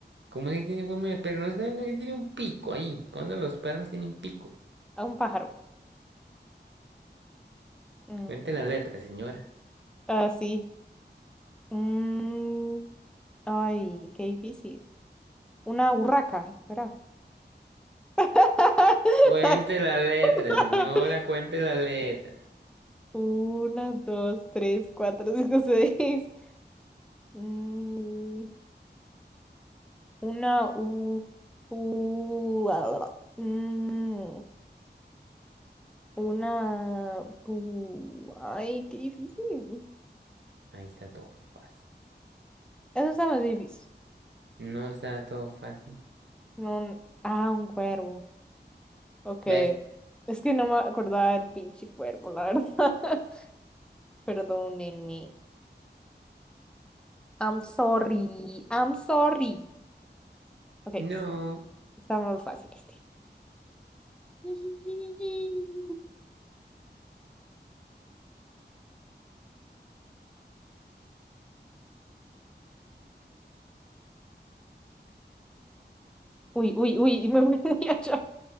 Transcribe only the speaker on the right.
¿Cómo es que tiene forma de perro? No está viendo que tiene un pico ahí. ¿Cuándo los perros tienen pico?
Cuente las letras, señora.
Cuente las letras, señora. Cuente las letras.
Ahí está todo fácil.
No está todo fácil.
¿Ves?
No.